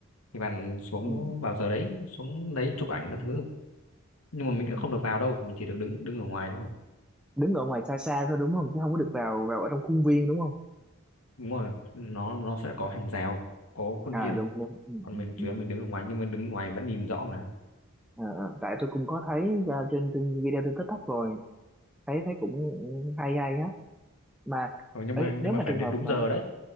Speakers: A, on the left; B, in the centre.
A: thì bạn xuống
B: ừ
A: vào giờ đấy xuống lấy chụp ảnh các thứ nhưng mà mình
B: ừ.
A: cũng không được vào đâu mình chỉ được đứng đứng ở ngoài thôi
B: đứng ở ngoài xa xa thôi đúng không chứ không có được vào vào ở trong khuôn viên đúng không
A: đúng rồi nó nó sẽ có hàng rào có khuôn
B: à
A: viên
B: đúng đúng ừ,
A: còn
B: ừ,
A: mình
B: ừ.
A: chỉ là mình đứng ở ngoài nhưng mà đứng ngoài vẫn nhìn rõ mà
B: Ờ, ờ, tại tôi cũng có thấy ra trên, trên video trên TikTok rồi thấy thấy cũng hay hay á mà
A: ừ, nhưng
B: ấy,
A: mà nhưng
B: nếu
A: mà
B: mà
A: phải
B: trường
A: đến
B: hợp
A: đúng
B: mà
A: giờ đấy